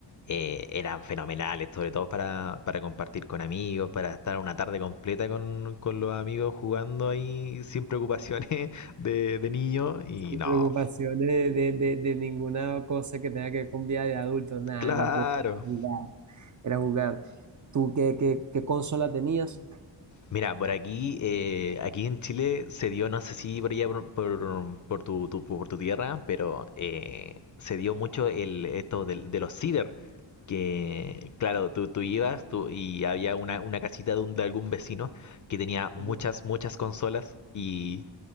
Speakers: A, on the left; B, on the right.
A: eh, eran fenomenales, sobre todo para, para compartir con amigos, para estar una tarde completa con, con los amigos jugando ahí sin preocupaciones <laughs> de, de niño. Y
B: Sin
A: no,
B: preocupación de, de, de, de ninguna cosa que tenga que ver con vida de adulto, nada,
A: claro.
B: la prioridad era jugar. Era jugar. ¿Tú qué, qué, qué consola tenías?
A: Mira, por aquí, eh, aquí en Chile se dio, no sé si por allá por, por- por tu, tu- por tu tierra, pero eh, se dio mucho el esto del- de, los ciber, que claro, tú, tú ibas tú, y había una, una casita de, un- de algún vecino que tenía muchas,
B: Ya,
A: muchas consolas y